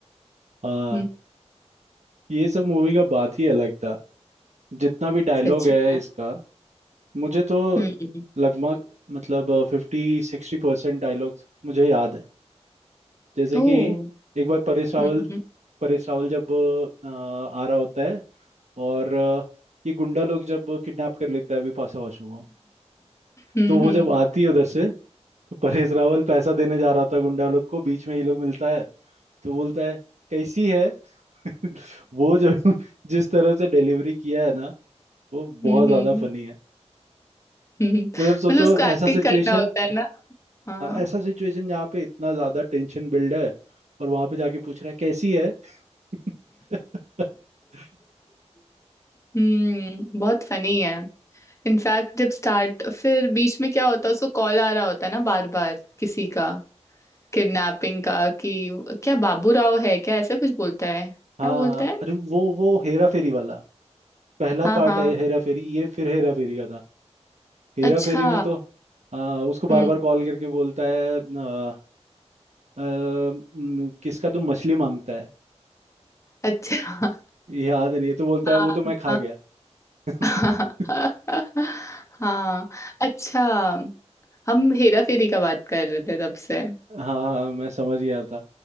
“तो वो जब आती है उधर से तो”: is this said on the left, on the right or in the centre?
Right